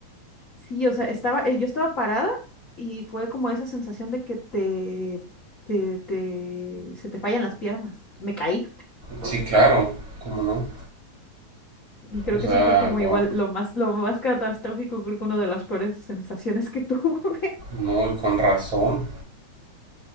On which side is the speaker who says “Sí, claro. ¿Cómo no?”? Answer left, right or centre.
Right